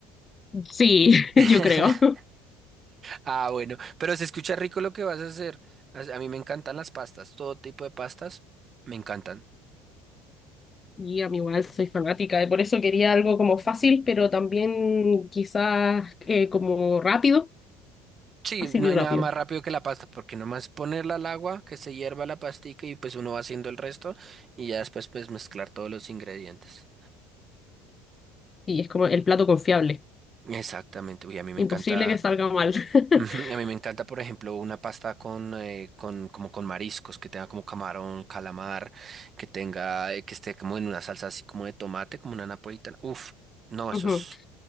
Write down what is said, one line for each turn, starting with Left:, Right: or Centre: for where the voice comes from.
Left: Sí, <laughs>
Right: <laughs>
Left: yo creo.
Right: Ah, bueno. Pero se escucha rico lo que vas a hacer. A a mí me encantan las pastas, todo tipo de pastas me encantan.
Left: Y a mí igual soy fanática, y por eso quería algo como fácil, pero también quizás eh, como rápido,
Right: Sí,
Left: fácil
Right: no
Left: y
Right: hay
Left: rápido.
Right: nada más rápido que la pasta, porque nomás ponerla al agua, que se hierva la pastica y pues uno va haciendo el resto y ya después pues mezclar todos los ingredientes.
Left: Y es como el plato confiable.
Right: Exactamente, uy, a mí me
Left: Imposible
Right: encanta,
Left: que salga mal.
Right: <laughs> ujú,
Left: <laughs>
Right: a mí me encanta, por ejemplo, una pasta con, eh, con, como con mariscos, que tenga como camarón, calamar, que tenga, eh, que esté como en una salsa así como de tomate, como una napolitana. Uf, no, eso
Left: Ujú.
Right: es